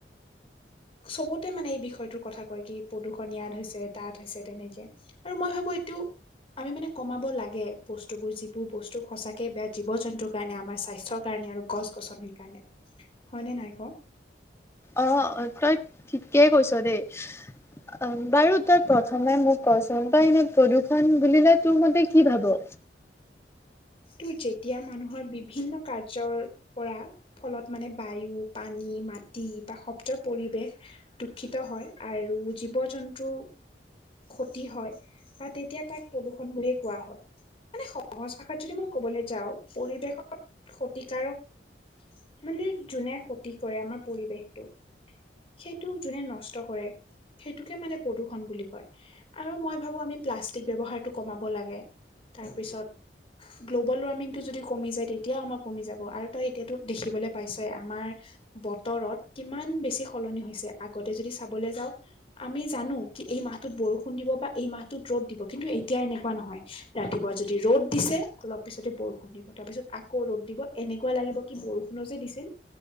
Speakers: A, on the left; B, on the left.
A: চবতে মানে এই বিষয়টোৰ কথা কয় কি প্ৰদূষণ ইয়াত হৈছে তে তাত হৈছে তেনেকে, আৰু মই ভাবোঁ এইটো আমি মানে কমাব লাগে বস্তুবোৰ যিবোৰ বস্তু সঁচাকে বেয়া জীৱ জন্তুৰ কাৰণে আমাৰ স্বাস্থ্যৰ কাৰণে আৰু গছ-গছনিৰ কাৰণে হয়নে নাই ক'।
B: অ তই ঠিকেই কৈছোঁ দেই। অ বাৰু তই প্ৰথমে মোক কচোন তই এনে প্ৰদূষণ বুলিলে তোৰ মতে কি ভাবোঁ?
A: তোৰ যেতিয়া মানুহৰ বিভিন্ন কাৰ্যৰ পৰা। ফলত মানে বায়ু পানী মাটি বা শব্দৰ পৰিৱেশ। দুষিত হয় আৰু জীৱ জন্তু। ক্ষতি হয় বা তেতিয়া তাক প্ৰদূ্ষণ বুলিয়ে কোৱা হয় মানে সহজ। ভাষাত যদি মই ক'বলৈ যাওঁ পৰিৱেশত ক্ষতিকাৰক। মানে যোনে ক্ষতি কৰে আমাৰ পৰিৱেশটোক। সেইটোক যোনে নষ্ট কৰে সেইটোকে মানে প্ৰদূষণ বুলি কয়। আৰু মই ভাবোঁ আমি প্লাষ্টিক ব্যৱহাৰটো কমাব লাগে তাৰপিছত। গ্ল'বেল ৱাৰ্মিংটো যদি কমি যায় তেতিয়াও আমাৰ কমি যাব আৰু তই এতিয়াতো দেখিবলৈ পাইছোঁৱে আমাৰ। বতৰত কিমান বেছি সলনি হৈছে আগতে যদি চাবলৈ যাওঁ। আমি জানোঁ কি এই মাহটোত বৰষুণ দিব বা এই মাহটোত ৰ'দ দিব কিন্তু এতিয়া এনেকুৱা নহয়। ৰাতিপুৱা যদি ৰ'দ দিছে। অলপ পিছতে বৰষুণ দিব তাৰ পিছত আকৌ ৰ'দ দিব এনেকুৱা লাগিব কি বৰষুণো যে দিছিল।